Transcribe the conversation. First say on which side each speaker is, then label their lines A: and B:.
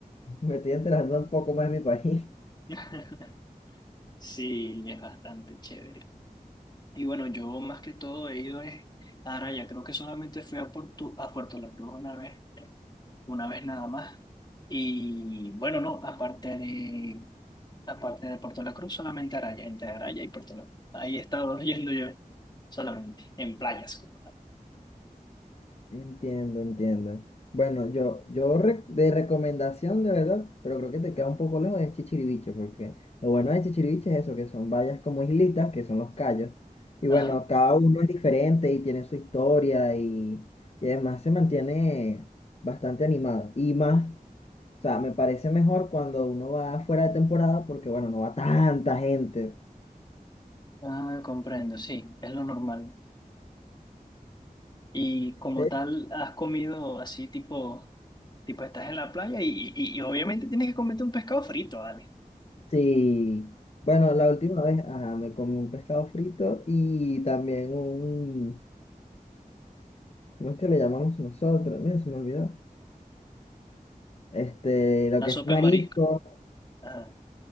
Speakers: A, on the left (about 45°); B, on the left (about 30°).
A: Me estoy enterando un poco más de mi país.
B: <laughs> sí, es bastante chévere. Y bueno, yo más que todo he ido es, ahora ya creo que solamente fui a Puerto, a Puerto La Cruz una vez una vez nada más. Y bueno, no, aparte de, aparte de Puerto La Cruz, solamente Araya, entre Araya y Puerto La Cruz. Ahí he estado <laughs> yendo yo, solamente, en playas como tal.
A: Entiendo, entiendo. Bueno, yo, yo re- de recomendación de verdad, pero creo que te queda un poco lejos de Chichiriviche, porque lo bueno de Chichiriviche es eso, que son vallas como islitas, que son los cayos. Y
B: Ajá.
A: bueno, cada uno es diferente y tiene su historia y, y además se mantiene bastante animado. Y más, o sea, me parece mejor cuando uno va fuera de temporada, porque bueno, no va tanta gente.
B: Ah, comprendo, sí, es lo normal. Y como
A: De-
B: tal, has comido así tipo, tipo estás en la playa y, y- y obviamente tienes que comerte un pescado frito, ¿vale?
A: Sí. Bueno, la última vez, ajá, me comí un pescado frito y también un ¿Cómo es que le llamamos nosotros? Mira, se me olvidó. Este, lo
B: Una
A: que
B: sopa
A: es marisco,
B: de marisco. Ajá.